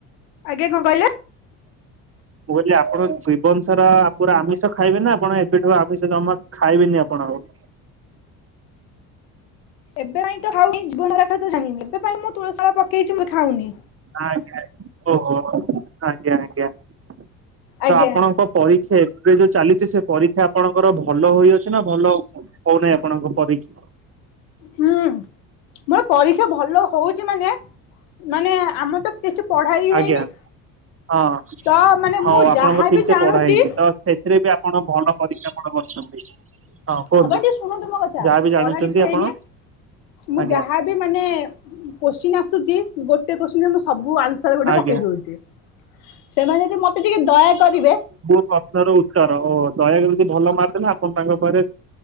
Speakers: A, on the left; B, on the right.
A: ଆଜ୍ଞା କଁ କହିଲେ?
B: ମୁଁ କହିଲି ଆପଣ ଜୀବନ ସାରା ପୁରା ଆମିଷ ଖାଇବେ ନା ଆପଣ ଏବେଠୁ ଆମିଷ ଜମା ଖାଇବେନି ଆପଣ ଆଉ।
A: ଏବେ ପାଇଁ ତ ଖାଉିନି ଜିବନ ସାରା କଥା ଜାଣିନି ଏବେ ପାଇଁ ମୁଁ ତୁଳସି ମାଳା ପକେଇଛି ମୁ ଖାଉନି।
B: ଆଜ୍ଞା ଓ ହୋ ଆଜ୍ଞା ଆଜ୍ଞା ତ
A: ଆଜ୍ଞା
B: ଆପଣଙ୍କ। ପରୀକ୍ଷା ଏବେ ଯୋଉ ଚାଲିଛି ସେ ପରୀକ୍ଷା ଆପଣଙ୍କର ଭଲ ହୋଇଅଛି ନା ଭଲ ହଉନେହିଁ ଆପଣଙ୍କ ପରୀକ୍ଷ
A: ହୁଁ ମୋର ପରୀକ୍ଷା ଭଲ ହଉଛି ମାନେ। ମାନେ ଆମେ ତ କିଛି ପଢା ହି
B: ଆଜ୍ଞା
A: ହେଇନି
B: ହଁ
A: ତ ମାନେ
B: ହଉ
A: ମୁଁ
B: ଆପଣଙ୍କ
A: ଯାହା
B: ଠିକ
A: ବି
B: ସେ
A: ଜାଣୁଚି
B: ପଢା ହେଇନି ତ ସେଥିରେ ବି ଆପଣ ଭଲ ପରୀକ୍ଷା ଫଳ କରିଛନ୍ତି। ହଁ କୁହନ୍ତୁ
A: ଆପଣ ଟିକେ ଶୁଣନ୍ତୁ ମୋ କଥା
B: ଯାହା ବି
A: ପଢା
B: ଜାଣୁଛନ୍ତି
A: କିଛି ହେଇନି
B: ଆପଣ
A: ମୁଁ
B: ଆଜ୍ଞା
A: ଯାହା ବି ମାନେ କୋଶ୍ଚିନ୍ ଆସୁଚି ଗୋଟେ କୋଶ୍ଚିନ୍ ରେ ମୁଁ ସବୁ ଆନ୍ସର୍ ଗୋଟେ
B: ଆଜ୍ଞା
A: ପକେଇ ଦଉଚି। ସେମାନେ ଯଦି ମତେ ଟିକେ ଦୟା କରିବେ
B: ସ୍ୱପ୍ନର ଉତ୍ତର ଓ ଦୟାକ <unintelligible> ଯଦି ଭଲ ମାର୍କ ଦେଲେ ଆପଣ ତାଙ୍କ ପାରେ